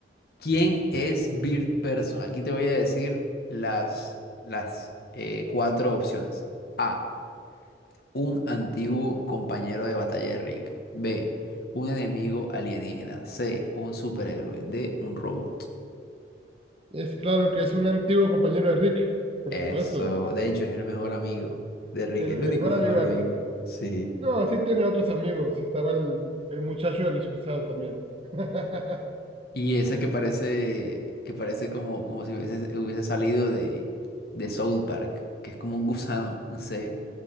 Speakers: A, on the left; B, on the right.
A: ¿Quién es Bird Person? Aquí te voy a decir las, las eh, cuatro opciones. A. Un antiguo compañero de batalla de Rick. B. Un enemigo alienígena. C. Un superhéroe. D. Un robot.
B: Es claro que es un antiguo compañero de Rick, por
A: Eso.
B: supuesto.
A: De hecho, es el mejor amigo de Rick.
B: El
A: El
B: mejor
A: único mejor
B: amigo de
A: amigo.
B: Rick.
A: Sí.
B: No, sí tiene otros amigos. Estaba el, el muchacho del excusado también. <laughs>
A: Y ese que parece, que parece como, como si hubiese, hubiese salido de, de South Park, que es como un gusano, no sé,